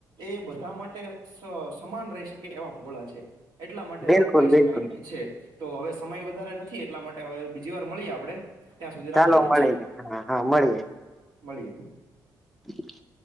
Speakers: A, on the right; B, in the centre.
A: એ બધા માટે સ સમાન રહી શકે એવા ભોળા છે. એટલા માટે
B: બિલકુલ
A: આવું કહી
B: બિલકુલ
A: શકાય છે. તો હવે સમય વધારે નથી એટલા માટે હવે બીજી વાર મળીએ આપડે ત્યાં સુધી
B: ચાલો
A: રાખીએ ઠીક
B: મળીએ
A: છે
B: હા હા મળીએ.
A: મળીએ.
B: <inaudible>